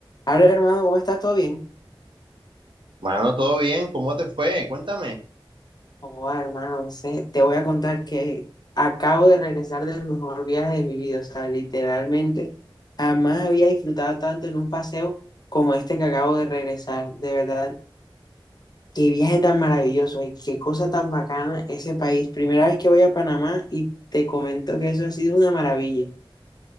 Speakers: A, on the left; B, on the right.
A: Hola hermano, ¿cómo estás? ¿Todo bien?
B: Mano, todo bien, ¿cómo te fue? Cuéntame.
A: Oh, hermano, no sé, te voy a contar que acabo de regresar del mejor viaje de mi vida. O sea, literalmente jamás había disfrutado tanto en un paseo como este que acabo de regresar. De verdad, qué viaje tan maravilloso y qué cosa tan bacana ese país. Primera vez que voy a Panamá y te comento que eso ha sido una maravilla.